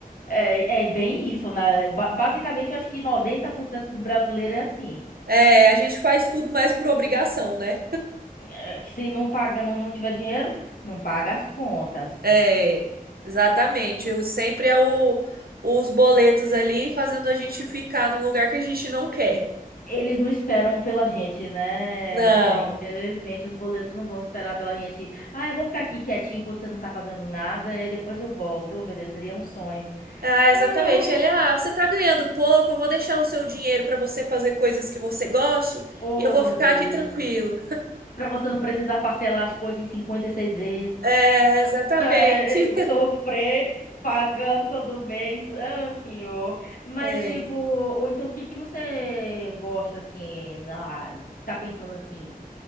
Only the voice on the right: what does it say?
É, a gente faz tudo mais por obrigação, né?
É, exatamente. Eu- Sempre é o, os boletos ali fazendo a gente ficar num lugar que a gente não quer.
Não.
Ah, exatamente.
Ele, ah, você tá ganhando pouco, eu vou deixar o seu dinheiro para você fazer coisas que você goste
e eu vou
ficar
aqui tranquilo.
É, exatamente.
É.